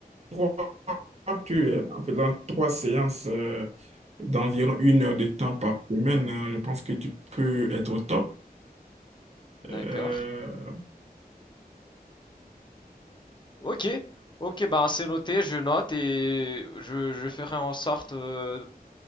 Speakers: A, on the right; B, on the left.
A: trois tu es en faisant trois séances euh, d'environ une heure de temps par semaine, euh, je pense que tu peux être au top.
B: D'accord.
A: Euh,
B: Ok. Ok, ben c'est noté, je note et je, je ferai en sorte euh,